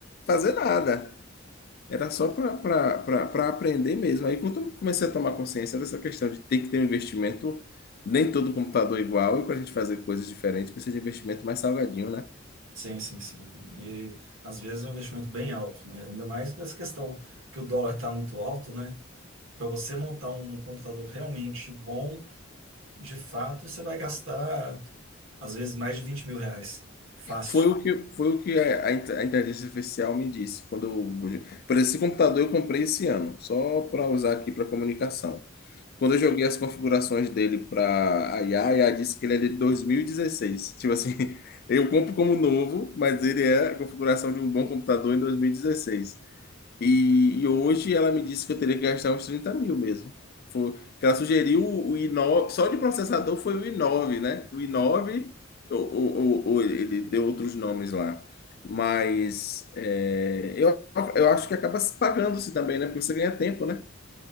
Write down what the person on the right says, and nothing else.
sim, sim. sim. E às vezes é um investimento bem alto, né? Ainda mais com essa questão que o dólar está muito alto, né? Para você montar um computador realmente bom, de fato, você vai gastar às vezes mais de 20 mil reais. Fácil.